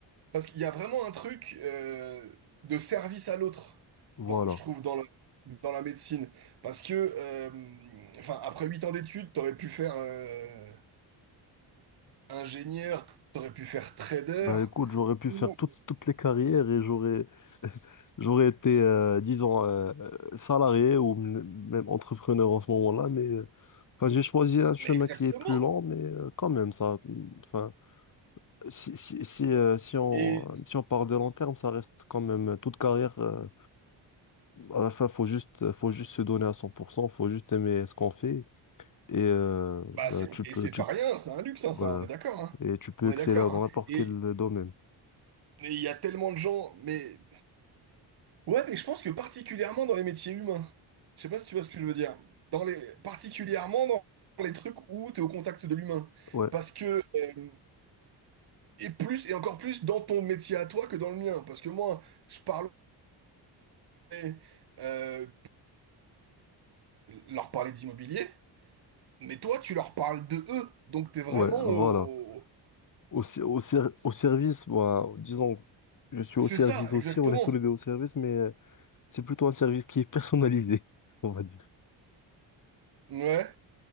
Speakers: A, on the right; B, on the left.
A: parce qu'il y a vraiment un truc euh, de service à l'autre,
B: voilà.
A: dans, je trouve, dans la, dans la médecine. Parce que, euh, enfin, après 8 ans d'études, t'aurais pu faire euh, ingénieur, t'aurais pu faire trader.
B: Bah écoute, j'aurais pu
A: Ou-
B: faire toutes toutes les carrières et j'aurais <laughs> j'aurais été, euh, disons, euh, salarié ou m- même entrepreneur en ce moment-là, mais euh, enfin, j'ai choisi un chemin
A: Mais exactement.
B: qui est plus lent, mais euh, quand même, ça, enfin, si, si, si, euh, si on,
A: Et
B: si on part de long terme, ça reste quand même toute carrière. euh, à la fin, faut juste, faut juste se donner à cent pour cent faut juste aimer ce qu'on fait et euh,
A: bah
B: bah,
A: c'est
B: tu
A: et
B: peux,
A: c'est
B: tu,
A: pas rien, c'est un luxe, hein,
B: voilà.
A: ça, on est d'accord, hein.
B: et tu peux
A: On
B: exceller
A: est d'accord,
B: dans
A: hein.
B: n'importe
A: Et
B: quel domaine.
A: et il y a tellement de gens, mais ouais, mais je pense que particulièrement dans les métiers humains, je sais pas si tu vois ce que je veux dire, dans les particulièrement dans les trucs où tu es au contact de l'humain,
B: Ouais,
A: parce que euh, et plus et encore plus dans ton métier à toi que dans le mien, parce que moi je parle euh, euh, leur parler d'immobilier, mais toi tu leur parles de eux, donc t'es vraiment
B: ouais,
A: au...
B: voilà. Au, ser- au ser- au service, moi, disons, je suis
A: C'est
B: au service
A: ça,
B: aussi,
A: exactement.
B: on est tous les deux au service, mais euh, c'est plutôt un service qui est personnalisé, <laughs> on va dire.
A: Ouais,